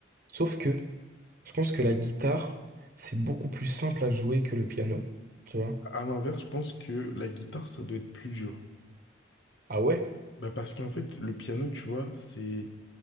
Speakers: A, on the right; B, on the left.
A: Sauf que je pense que la guitare, c'est beaucoup plus simple à jouer que le piano, tu vois?
B: À l'inverse, je pense que la guitare, ça doit être plus dur.
A: Ah ouais?
B: Bah parce qu'en fait, le piano, tu vois, c'est